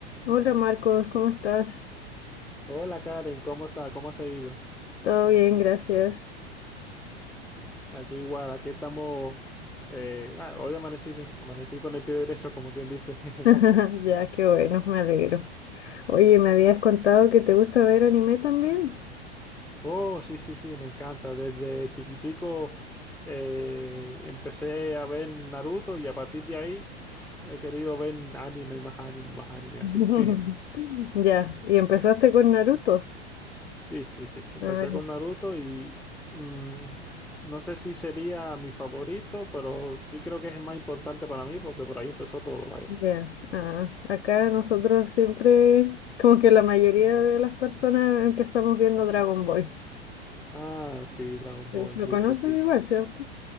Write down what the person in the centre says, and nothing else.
Hola Karen, ¿cómo está? ¿Cómo se ha ido?
Aquí igual, aquí estamos. eh, ah, hoy amanecí bien, amanecí con el pie derecho, como quien dice. <laughs>
Oh, sí, sí, sí, me encanta. Desde chiquitico eh, empecé a ver Naruto y a partir de ahí <sniffs> he querido ver anime y más anime, más anime,
así. <laughs>
Sí, sí, sí. Empecé
con Naruto y mm, no sé si sería mi favorito, pero sí creo que es el más importante para mí porque por ahí empezó todo,
Ah, sí, Dragon Ball,
sí,
sí, sí.